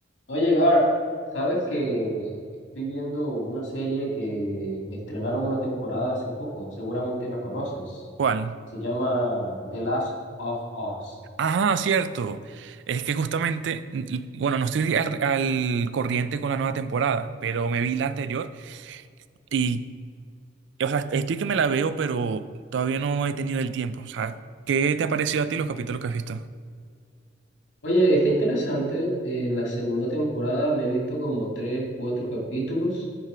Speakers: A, on the left; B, on the right.
A: Oye, Gar, ¿sabes que estoy viendo una serie que estrenaron una temporada hace poco? Seguramente la conoces.
B: ¿Cuál?
A: Se llama The Last of Us.
B: Ah, cierto. Es que justamente, mm, bueno, no estoy al, al corriente con la nueva temporada, pero me vi la anterior y, o sea, estoy que me la veo, pero todavía no he tenido el tiempo. O sea, ¿qué te ha parecido a ti los capítulos que has visto?
A: Oye, está interesante. En la segunda temporada me he visto como tres, cuatro capítulos